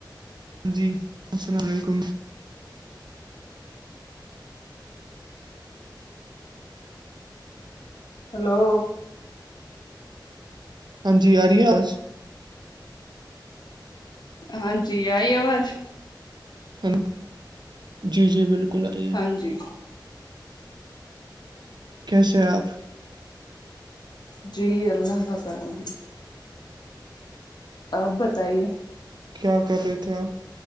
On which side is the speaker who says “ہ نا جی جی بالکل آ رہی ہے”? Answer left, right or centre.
Right